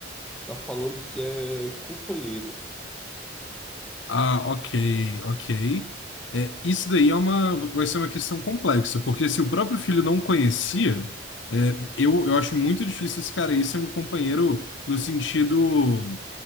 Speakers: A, in the centre; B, on the left.
A: tá falando que é companheiro.
B: Ah, ok, ok. É, isso daí é uma, vai ser uma questão complexa, porque se o próprio filho não conhecia, é, eu, eu acho muito difícil esse cara aí ser um companheiro no sentido.